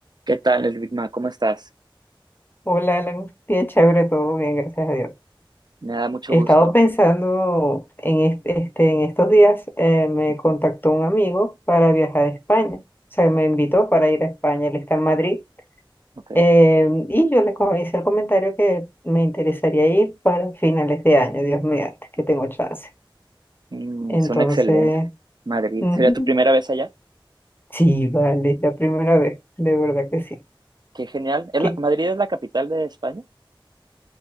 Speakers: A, on the right (about 55°); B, on the left (about 25°).
A: ¿Qué tal, el Big Mac? ¿Cómo estás?
B: Hola, Alan. Bien chévere, todo bien, gracias a Dios.
A: Me da mucho
B: He
A: gusto.
B: estado pensando en, este, este- en estos días, eh, me
A: Ujú.
B: contactó un amigo para viajar a España. O sea, me invitó para
A: Ah,
B: ir a España, él está en Madrid.
A: Ok.
B: Eh, y yo le co- hice el comentario que me interesaría ir para finales de año, Dios mediante, que tengo chance.
A: Mm,
B: Entonces,
A: son excelentes. Madrid.
B: ujú,
A: ¿Sería tu primera vez allá?
B: sí, vale, es la primera vez, de verdad que sí.
A: Qué genial. ¿Es
B: ¿Qué?
A: la- ¿Madrid es la capital de España?